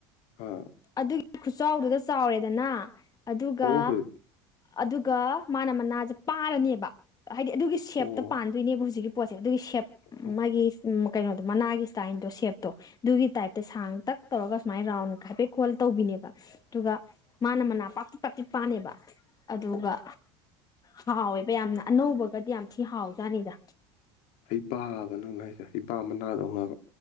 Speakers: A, on the left; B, on the left.
A: ꯑꯥ
B: ꯑꯗꯨꯒꯤ ꯈꯨꯆꯥꯎꯗꯨꯗ ꯆꯥꯎꯔꯦꯗꯅ ꯑꯗꯨꯒ
A: ꯑꯣ ꯍꯣꯏ
B: ꯑꯗꯨꯒ ꯃꯥꯅ ꯃꯅꯥꯁꯦ ꯄꯥꯔꯅꯦꯕ ꯍꯥꯏꯗꯤ ꯑꯗꯨꯒꯤ ꯁꯦꯞꯇ
A: ꯑꯣ
B: ꯄꯥꯟꯗꯣꯏꯅꯦꯕ ꯍꯧꯖꯤꯛꯀꯤ ꯄꯣꯠꯁꯦ ꯑꯗꯨꯒꯤ ꯁꯦꯞ
A: ꯑꯣ
B: ꯃꯥꯒꯤ ꯀꯩꯅꯣꯗꯣ ꯃꯅꯥꯒꯤ ꯁ꯭ꯇꯥꯏꯜꯗꯣ ꯁꯦꯞꯇꯣ ꯑꯗꯨꯒꯤ ꯇꯥꯏꯞꯇ ꯁꯥꯡ ꯇꯛ ꯇꯧꯔꯒ ꯁꯨꯃꯥꯏꯅ ꯔꯥꯎꯟ ꯍꯥꯏꯐꯦꯠ ꯈꯣꯜ ꯇꯧꯕꯤꯅꯦꯕ ꯑꯗꯨꯒ ꯃꯥꯅ ꯄꯥꯛꯇꯥꯛ ꯄꯥꯅꯦꯕ ꯑꯗꯨꯒ ꯍꯥꯎꯋꯦꯕ ꯌꯥꯝꯅ ꯑꯅꯧꯕꯒꯗꯤ ꯌꯥꯝ ꯊꯤ ꯍꯥꯎꯖꯥꯠꯅꯤꯗ
A: ꯍꯩꯕꯥꯕ ꯅꯪꯅ ꯍꯥꯏꯁꯦ ꯍꯩꯕ ꯃꯅꯥꯗ ꯉꯧꯅꯕ